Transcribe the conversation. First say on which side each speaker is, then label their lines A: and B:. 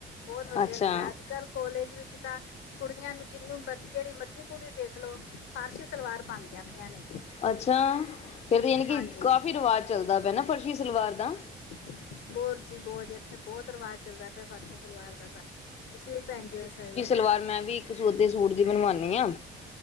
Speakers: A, on the left (about 80°); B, on the left (about 35°).
A: ਬੋਤ ਵਦੀਆ
B: ਅੱਛਾ,
A: ਲੱਗਦੈ ਅੱਜ ਕੱਲ ਕਾੱਲੇਜ ਵਿੱਚ ਤਾ ਕੁੜੀਆਂ ਨੂੰ ਜਿਨੂੰ ਮਰਜ਼ੀ, ਜੇੜੀ ਮਰਜ਼ੀ ਕੁੜੀ ਦੇਖਲੋ ਫਾਰਸ਼ੀ ਸਲਵਾਰ ਪਾਂਦੀਆਂ ਪਿਆਂ ਨੇ।
B: ਅੱਛਾ, ਫੇਰ ਯਾਨੀ ਕਿ
A: ਹਾਂਜੀ
B: ਕਾਫ਼ੀ ਰਿਵਾਜ਼ ਚੱਲਦਾ ਪਯੈ ਨਾ, ਫਰਸ਼ੀ ਸਲਵਾਰ ਦਾ
A: <unintelligible> ਇੱਥੇ ਬੋਤ ਰਵਾਜ ਚੱਲਦਾ ਪਯੈ ਫਾਰਸ਼ੀ ਸਲਵਾਰ ਦਾ ਤਾ ਤੁਸੀ ਵੀ ਪੈਨਜੀ ਸਵਾਲੋ।
B: ਪਰ ਮੈਂ ਵੀ ਇੱਕ ਸੂਦੇ ਸੂਟ ਦੀ ਬਨਵਾਨੀ ਆਂ